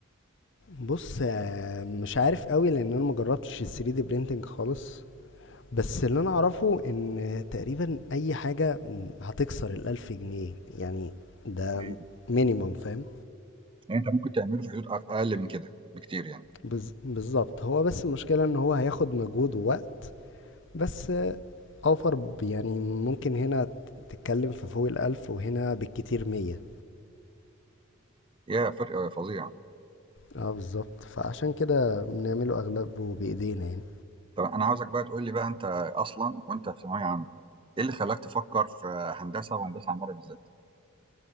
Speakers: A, on the left; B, on the right.
A: بص آه، مش عارف قوي لان انا مجربتش ال 3D printing خالص بس اللي انا اعرفه ان تقريبا اي حاجة هتكسر الالف جنيه يعني ده
B: إمم.
A: مينيمم فاهم
B: يعني أنت ممكن تعمله في حدود أق أقل من كده بكتير يعني.
A: بز- بالظبط هو بس المشكلة ان هو هياخد مجهود ووقت بس اوفر ب- يعني ممكن هنا تتكلم في فوق الألف وهنا بالكتير مية
B: ياه! فرق آه، فظيع.
A: اه بالظبط فعشان كده بنعمله أغلبه بإيدينا يعني
B: طَب أنا عاوزك بقى تقول لي بقى أنت أصلًا وأنت في ثانوية عامة، إيه اللي خلّاك تفكّر في هندسة وهندسة عمارة بالذات؟